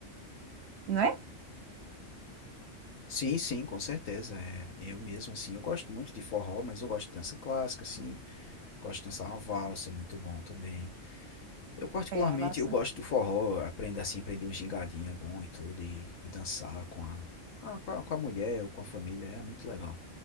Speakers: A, on the right (about 60°); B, on the left (about 85°).
A: né?
B: Sim, sim, com certeza. É, eu mesmo, assim, eu gosto muito de forró, mas eu gosto de dança clássica, assim. Gosto de dançar uma valsa, é muito bom também. Eu, particularmente,
A: É, a nossa.
B: eu gosto do forró, aprender assim, aprender um gingadinho é bom e tudo, e, e dançar com a, ah, com a, com a mulher ou com a família, é muito legal.